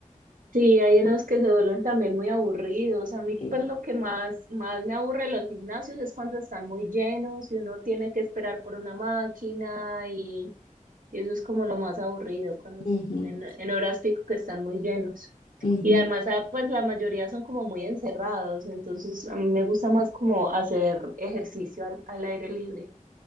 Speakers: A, on the right; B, on the left.
A: Sí, hay unos que se vuelven también muy aburridos. A mí,
B: Eh,
A: pues lo que más, más me aburre de los gimnasios es cuando están muy llenos y uno tiene que esperar por una máquina Y eso es como lo más aburrido cuando es-
B: ujú,
A: en, en horas pico que están muy llenos.
B: ujú,
A: Y además, ah, pues la mayoría son como muy encerrados, entonces a mí me gusta más como hacer ejercicio al, al aire libre.